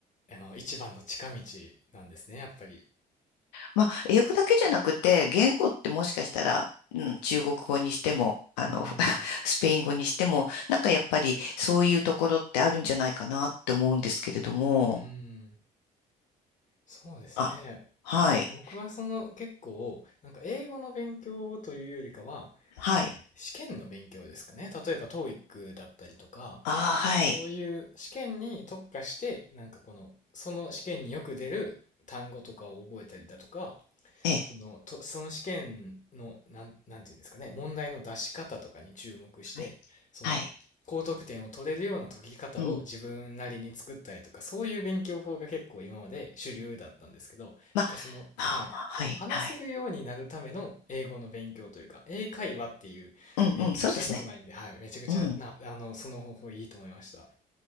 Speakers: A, on the left; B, on the left.
A: あの、一番の近道なんですね、やっぱり。
B: まあ、英語だけじゃなくて、言語ってもしかしたら、うん、中国語にしても、あの、
A: うー
B: <laughs>
A: ん。
B: スペイン語にしても、なんかやっぱりそういうところってあるんじゃないかなって思うんですけれども、
A: うーん。そうですね。
B: あ、はい、
A: 僕はその結構、なんか英語の勉強というよりかは、
B: はい、
A: えー試験の勉強ですかね。例えば TOEIC だったりとか、
B: ああ、はい、
A: そういう試験に特化して、なんかこの、その試験によく出る単語とかを覚えたりだとか、
B: ええ、
A: その、と、その試験の、なん、なんていうんですかね、問題の出し方とかに注目して、
B: はい、
A: その、
B: はい、
A: 高得点を取れるような解き方を自分なりに作ったりとか、
B: うん、
A: そういう勉強法が結構今まで主流だったんですけど、やっぱその、
B: まあ、まあまあ、
A: はい、
B: はい、
A: 話せるようになるための英語の勉強というか、
B: はい、
A: 英会話っていう勉強したことないんで、
B: うん、うん、そうですね。
A: はい、めちゃくちゃな、
B: うん。
A: あの、その方法いいと思いました。